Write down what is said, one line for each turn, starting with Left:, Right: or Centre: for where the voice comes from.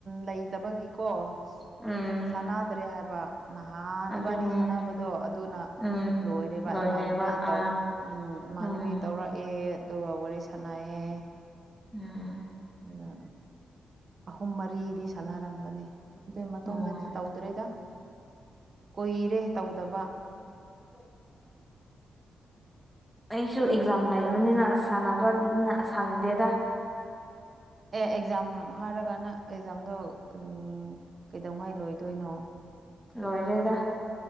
Right: ꯂꯩꯇꯕꯒꯤꯀꯣ
Centre: ꯎꯝ
Right: ꯁꯥꯟꯅꯗ꯭ꯔꯦ ꯍꯥꯏꯕ ꯅꯍꯥꯟ
Centre: ꯑꯗꯨꯅꯦ
Right: ꯏꯕꯥꯅꯤ ꯁꯥꯟꯅꯕꯗꯣ ꯑꯗꯨꯅ
Centre: ꯎꯝ
Right: ꯂꯣꯏꯔꯦꯔꯤꯕ
Centre: ꯂꯣꯏꯔꯦꯕ
Right: ꯏꯃꯥꯟꯅꯕꯤ ꯇꯧ
Centre: ꯑꯥ
Right: ꯎꯝ ꯏꯃꯥꯟꯅꯕꯤ
Centre: ꯎꯝ
Right: ꯇꯧꯔꯛ ꯑꯦ ꯑꯗꯨꯒ ꯋꯥꯔꯤ ꯁꯥꯟꯅꯩꯌꯦ
Centre: ꯎꯝ
Right: ꯑꯗꯨꯒ ꯑꯍꯨꯝ ꯃꯔꯤ ꯗꯤ ꯁꯥꯟꯅꯔꯝꯒꯅꯤ ꯑꯗꯨꯒꯤ ꯃꯇꯨꯡꯗꯗꯤ
Centre: ꯎꯝ
Right: ꯇꯧꯗ꯭ꯔꯦꯗ ꯀꯨꯏꯔꯦ ꯇꯧꯗꯕ
Centre: <unintelligible> ꯑꯩꯁꯨ ꯑꯦꯛꯖꯥꯝ ꯂꯩꯕꯅꯤꯅ
Right: ꯅꯪ
Centre: ꯁꯥꯟꯅꯕꯅ ꯁꯪꯗꯦꯗ
Right: ꯑꯦ ꯑꯦꯛꯖꯥꯝ ꯍꯥꯏꯔꯒꯅ ꯑꯦꯛꯖꯥꯝꯗꯣ ꯎ ꯀꯩꯗꯧꯉꯥꯏ ꯂꯣꯏꯗꯣꯏꯅꯣ
Centre: ꯂꯣꯏꯔꯦꯗ